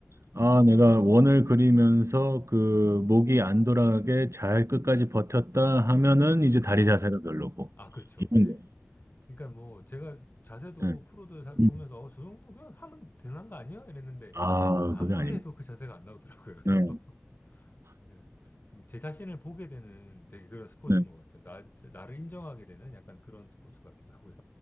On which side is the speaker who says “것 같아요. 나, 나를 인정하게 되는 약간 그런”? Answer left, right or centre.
Left